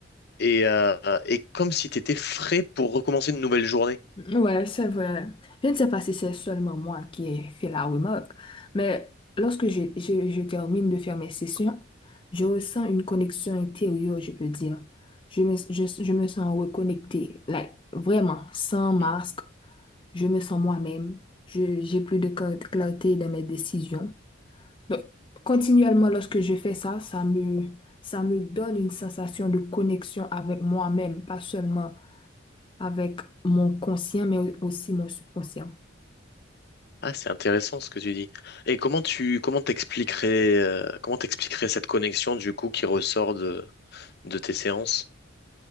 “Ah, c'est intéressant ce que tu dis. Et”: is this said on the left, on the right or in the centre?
Left